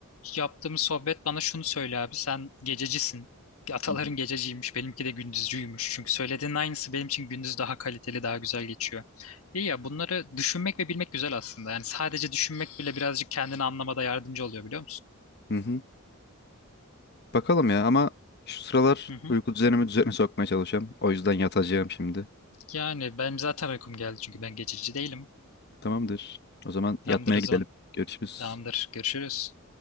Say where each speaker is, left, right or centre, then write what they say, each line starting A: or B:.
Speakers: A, on the left; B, on the left.
A: Yaptığımız sohbet bana şunu söyle abi sen gececisin. Ataların
B: Hı hı.
A: gececiymiş benimki de gündüzcüymüş. Çünkü söylediğin aynısı benim için gündüz daha kaliteli daha güzel geçiyor. İyi ya bunları düşünmek ve bilmek güzel aslında. Yani sadece düşünmek bile birazcık kendini anlamada yardımcı oluyor biliyor musun?
B: Hı hı. Bakalım ya ama şu sıralar
A: Hı hı.
B: uyku düzenimi düzene sokmaya çalışıyorum. O yüzden yatacağım şimdi.
A: Yani benim zaten uykum geldi çünkü ben gececi değilim.
B: Tamamdır. O zaman
A: Tamamdır
B: yatmaya
A: o
B: gidelim.
A: zaman.
B: Görüşürüz.
A: Tamamdır. Görüşürüz.